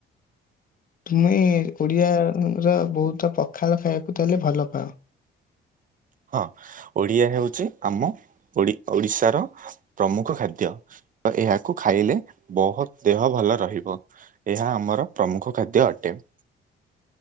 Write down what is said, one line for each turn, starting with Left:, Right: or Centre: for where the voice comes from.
Left: ତୁମେ ଓଡିଆ ର ବୋହୁତ ପଖାଳ ଖାଇବାକୁ ତାହାଲେ ଭଲ ପାଅ।
Right: ହଁ ଓଡିଆ ହେଉଚି ଆମ ଓଡ଼ି-ଓଡିଶାର ପ୍ରମୁଖ ଖାଦ୍ୟ। ତ ଏହାକୁ ଖାଇଲେ ବୋହୁତ ଦେହ ଭଲ ରହିବ ଏହା ଆମର ପ୍ରମୁଖ ଖାଦ୍ୟ ଅଟେ। ୟ